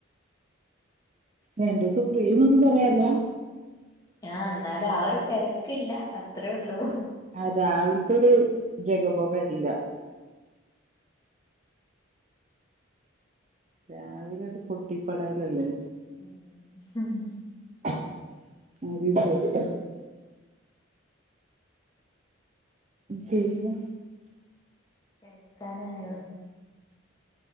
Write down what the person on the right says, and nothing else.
രണ്ടദിവസം ഫ്രീന്നൊന്നും പറയാല്ലാ
അഹ് രാവിൽ ത്തെഒരു ജഗപോക ഇല്ല രാവിലെട്ട് പൊട്ടി പടലല്ലേ
<inaudible> പിന്നെ